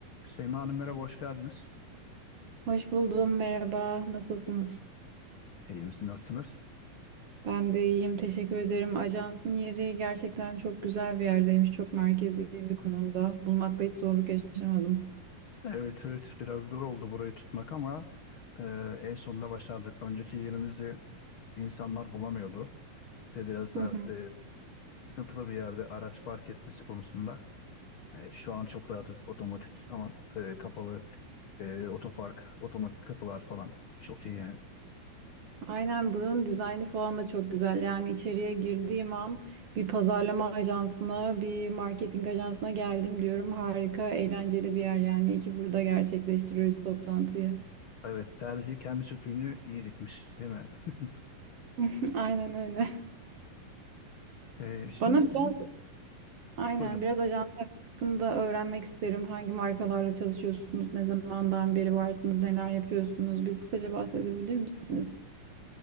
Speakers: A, on the left (about 85°); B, on the right (about 55°).
A: Şeyma Hanım merhaba, hoş geldiniz.
B: Hoş buldum, merhaba. Nasılsınız?
A: İyi misin, nasılsınız?
B: Ben de iyiyim, teşekkür ederim. Ajansın yeri gerçekten çok güzel bir yerdeymiş, çok merkezi bir konumda. Bulmakta hiç zorluk yaşamadım.
A: Evet, evet, biraz zor oldu burayı tutmak ama e, en sonunda başardık. Önceki yerimizi insanlar bulamıyordu. Ve biraz
B: Hı
A: da
B: hı.
A: e, sıkıntılı bir yerde araç park etmesi konusunda. E, şu an çok rahatız, otomatik ama e, kapalı Ee, otopark, otomatik kapılar falan. Çok iyi yani.
B: Aynen buranın dizaynı falan da çok güzel. Yani içeriye girdiğim an bir pazarlama ajansına, bir marketing ajansına geldim diyorum. Harika, eğlenceli bir yer yani. İyi ki burada gerçekleştiriyoruz toplantıyı.
A: Evet, terzi kendi söküğünü iyi dikmiş, değil mi? <laughs>
B: <laughs> Aynen öyle.
A: Ee, şimdi
B: Bana
A: sizin,
B: biraz Aynen
A: buyurun.
B: biraz ajans hakkında öğrenmek isterim. Hangi markalarla çalışıyorsunuz, ne zamandan beri varsınız, neler yapıyorsunuz? Bir kısaca bahsedebilir misiniz?